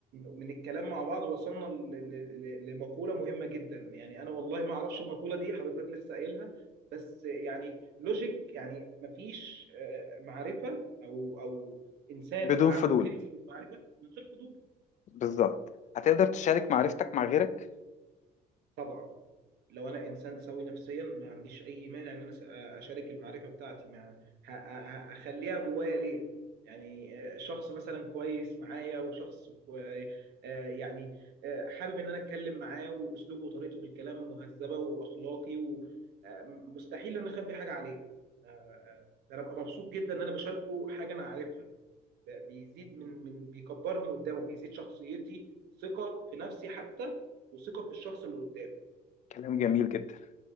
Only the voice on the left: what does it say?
بدون
فضول
بالظبط هتقدر تشارك معرفتك مع غيرك
كلام جميل جدا